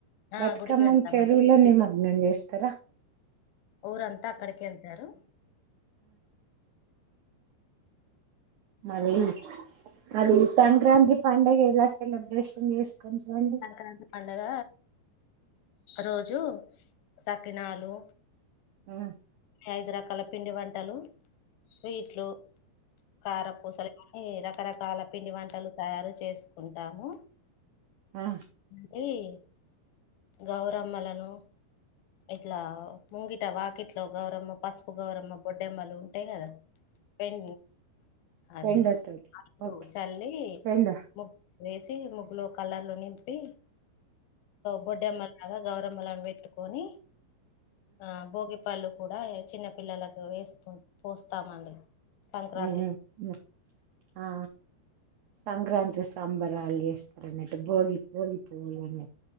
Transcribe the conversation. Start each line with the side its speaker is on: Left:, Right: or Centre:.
Left: ఆ
Right: బతుకమ్మని
Left: గుడికి వెళ్తామండి
Right: చెరువులో
Left: ఇంటిలో
Right: నిమగ్నం చేస్తారా
Left: ఊరంతా అక్కడికి వెళ్తారు
Right: మళ్ళీ అది సంక్రాంతి పండగ ఎలా సెలబ్రేషన్ చేసుకుంటారు అండి
Left: సంక్రాంతి పండగ రోజు సకినాలు
Right: మ్మ్
Left: ఐదు రకాల పిండి వంటలు స్వీట్లు కారపూసలు ఇవన్ని రకాలు రకరకాల పిండి వంటలు తయారు చేసుకుంటాము
Right: ఆ
Left: <unintelligible> గౌరమ్మలను ఇట్లా ముంగిట వాకిట్లో గౌరమ్మ పసుపు గౌరమ్మ బొడ్డెమ్మలు ఉంటాయి కదా పెడ అది
Right: ఎండతోటి
Left: అలుకు
Right: ఓకే
Left: చల్లి
Right: ఎండ
Left: ముగ్గు వేసి ముగ్గులో కలర్ లు నింపి బొడ్డే మల్ <unintelligible> గౌరమ్మల పెట్టు కొని ఆ భోగి పళ్ళు కూడా చిన్న పిల్లలకు వేసు పోస్తామండి సంక్రాంతి
Right: ఉహుమ్ ఉ ఆ సంక్రాంతి సంబరా అల్ చేస్త ట్టు భోగి భోగి పూవులు న్న